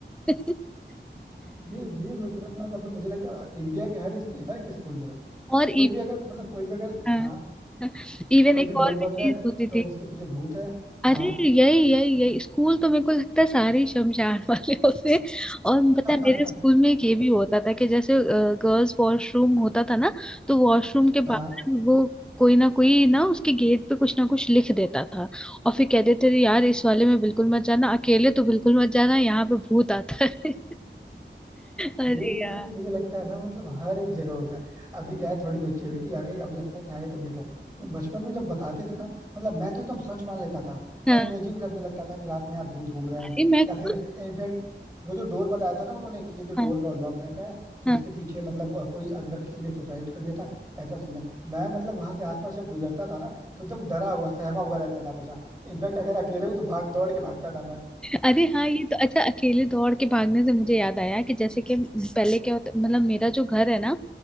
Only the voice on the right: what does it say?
ये ये मिथ ना मतलब मुझे लगता है इंडिया के हर इसकी हर एक स्कूल में है
कोई भी अगर मतलब कोई भी अगर
हाँ
कोई भी डोर
बंद
है
तो उसके पीछे भूत है हाँ
<laughs>
हाँ
ये इनफैक्ट
मुझे लगता है ना मतलब हर एक जगह होता है अभी क्या है थोड़ी मेच्योरिटी आ गई अब लगता है कि हाँ ये तो मिथ है लेकिन बचपन में जब बताते थे ना मतलब मैं तो एकदम सच मान लेता था
मैं इमेजिन करने लगता था कि रात में यहाँ भूत घूम रहे हैं
या फिर इनफैक्ट वो जो डोर बताया था ना उन्होंने कि ये जो डोर
लॉक रहता है तो
इसके पीछे मतलब अ, कोई अंदर किसी ने सुसाइड कर लिया था ऐसा सीन है मैं मतलब वहां से आसपास जब गुजरता था ना तो एकदम डरा हुआ सहमा हुआ रहता था हमेशा इनफैक्ट अगर अकेले हूँ तो भाग दौड़ के भागता था मैं